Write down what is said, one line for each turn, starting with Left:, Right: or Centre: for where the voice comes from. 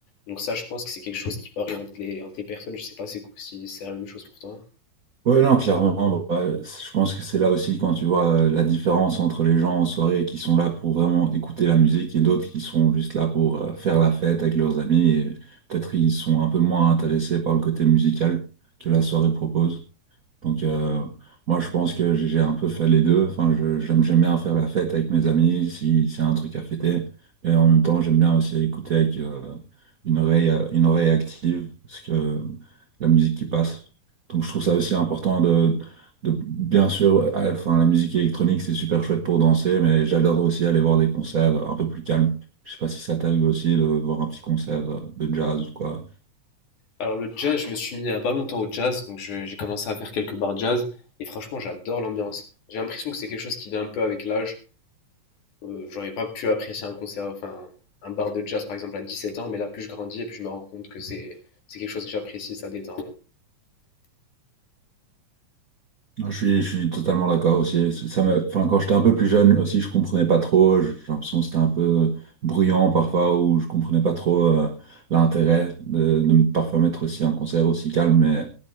Left: Donc ça, je pense que c'est quelque chose qui varie entre les, entre les personnes. Je sais pas c'est- si c'est la même chose pour toi.
Right: Ouais, non, clairement, ouais, c- je pense que c'est là aussi quand tu vois euh, la différence entre les gens en soirée qui sont là pour vraiment écouter la musique et d'autres qui sont juste là pour euh, faire la fête avec leurs amis et peut-être ils sont un peu moins intéressés par le côté musical que la soirée propose. Donc, euh, moi, je pense que j'ai j'ai un peu fait les deux. Enfin, je- j'aime, j'aime bien faire la fête avec mes amis si c'est un truc à fêter. Et en même temps, j'aime bien aussi écouter avec euh, une oreille, euh, une oreille active, parce que la musique qui passe. Donc, je trouve ça aussi important de, de bien sûr, euh, enfin, la musique électronique, c'est super chouette pour danser, mais j'adore aussi aller voir des concerts un peu plus calmes. Je sais pas si ça t'arrive aussi de voir un petit concert euh, de jazz ou quoi.
Left: Alors le jazz, je me suis mis il y a pas longtemps au jazz, donc je- j'ai commencé à faire quelques bars jazz, et franchement, j'adore l'ambiance. J'ai l'impression que c'est quelque chose qui vient un peu avec l'âge. euh, j'aurais pas pu apprécier un concert, enfin un bar de jazz par exemple à 17 ans, mais là plus je grandis et plus je me rends compte que c'est c'est quelque chose que j'apprécie, ça détend.
Right: Non, Je suis, je suis totalement d'accord aussi. Ça me, enfin, quand j'étais un peu plus jeune aussi, je comprenais pas trop. J'ai l'impression que c'était un peu euh, bruyant parfois, ou je comprenais pas trop euh, l'intérêt de, de me parfois mettre aussi un concert aussi calme. Mais